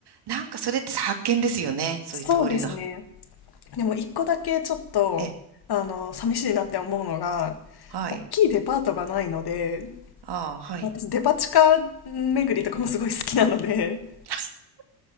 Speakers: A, on the right; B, on the left.
A: なんかそれって発見ですよね。そういう通りの
B: そうですね。でも一個だけちょっと、
A: え、
B: あの、寂しいなって思うのが、
A: はい。
B: 大きいデパートがないので、
A: ああ、はい。
B: 私デパ地下巡りとかもすごい好きなので、
A: <laughs>